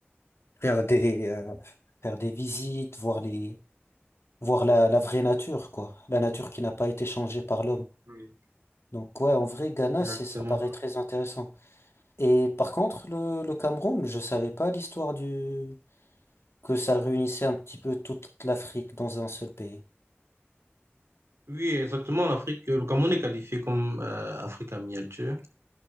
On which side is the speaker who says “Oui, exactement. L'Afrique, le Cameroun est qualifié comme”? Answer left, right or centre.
Right